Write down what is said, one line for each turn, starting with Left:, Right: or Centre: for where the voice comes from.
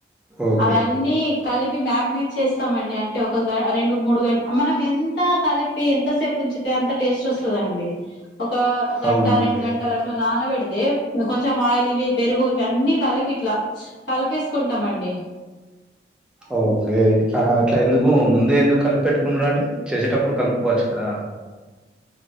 Centre: ఓకే
Left: అవి అన్ని కలిపి మ్యారినేట్ చేస్తామండి అంటే ఒక గ రెండు మూడు గంట మనం ఎంత కలిపి ఎంత సేపు ఉంచితే అంత టేస్ట్ వస్తదండి ఒక గంట
Centre: అవునండి
Left: రెండు గంటలు అట్లా నానబడితే కొంచెం ఆయిల్ ఇవి పెరుగు ఇవి అన్నీ కలిపిట్లా కలిపేసుకుంటామండి
Centre: ఓకే అట్లా ఎందుకు ముందే ఎందుకు కలిపి పెట్టుకున్నాడండి చేసేటప్పుడు కలుపుకోవచ్చు కదా